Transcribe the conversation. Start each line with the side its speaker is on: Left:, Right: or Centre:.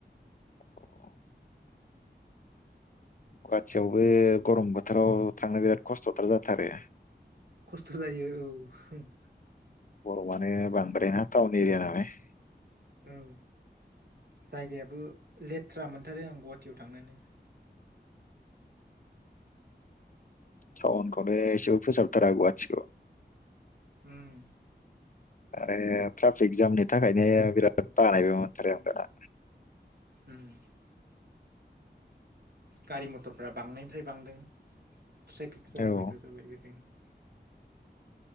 Left: अ गुवाहाटियावबो गरम बोथोराव थांनो बिराद खस्थ'थार जाथारो।
Right: खस्थ' जायो औ। <unintelligible>
Left: गर'मानो बांद्राय ना टाउन एरिया नालाय।
Right: औ जायगायाबो लेथ्रा मोनथारो आं गुवाहाटीयाव थांनोनो।
Left: टाउनखौ एसेबो फोसाबथारा गुवाटीखौ।
Right: उम
Left: आरो ट्राफिक जामनि थाखायनो बिराद बानायबो मोनथारो आं दाना।
Right: उम गारि मथरफ्रा बांनायनिफ्राय बांदों। ट्रेक जाला‌बायग्रा
Left: औ
Right: जाबाय बेखायनो <inaudible>